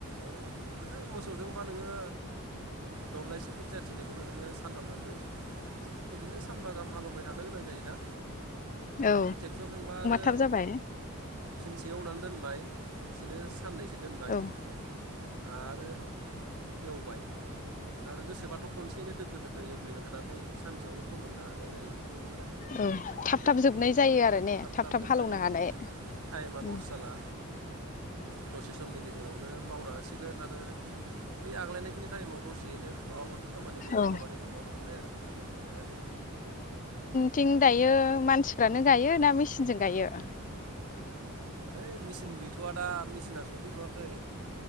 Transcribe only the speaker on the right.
औ आरो मोसौजोंबा नोङो दब्लायसे खोथिया थिलिखौनो नोङो सानथाम, सानब्रै, बिदिनो सानबा गाहाम हालेवबाय थानो गोनां जायोना?
ट्रेक्टरजोंबा आरो
फिनसे एवनानै दोनबाय बिदिनो साननैसो दोनबाय
आरो एवबाय, आरो गोसोबाथ' खनसेनो दोखो दोखो एवग्लिबाय थानानै सानसेयावनो फोमोननो हा नाय जायो ट्रेक्टरजोंबा।
उम
थाब थाब जोबनाय
जायो
टाइमा
लस जाला दसे समनि गे जेरावनो मावनो हा सिगोन आरो बै आग्लायनायखिनि टाइमाव द सेयैनो माबा माबि खामानि गुबुन
खामानिफोर मावनो हाबाय आरो बेबायदि।
ओइ मि सिन गैथ'वा दा मेचिना सफैथ'वाखै।